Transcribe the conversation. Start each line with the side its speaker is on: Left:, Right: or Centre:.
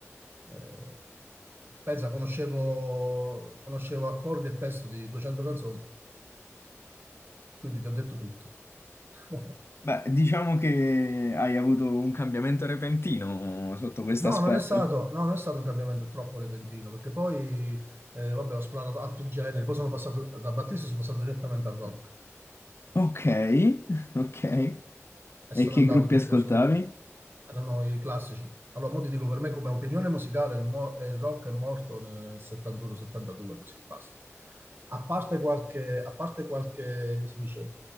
Right: eh, pensa, conoscevo, conoscevo accordi e testo di 200 canzoni, quindi ti ho detto tutto. <laughs>
Left: beh, diciamo che hai avuto un cambiamento repentino sotto questo
Right: No,
Left: aspetto.
Right: non è stato, no, non è stato un cambiamento troppo repentino, perché poi, eh, vabbè, ho esplorato altri generi, poi sono passato da Battista, sono passato direttamente al rock.
Left: Ok, <laughs> ok.
Right: e
Left: E
Right: sono
Left: che
Right: andato
Left: gruppi
Right: tipo
Left: ascoltavi?
Right: su, erano i classici. Allora, mo ti dico, per me come opinione musicale il, mo- eh, il rock è morto nel 71-72, così, basta. A parte qualche, a parte qualche, come si dice,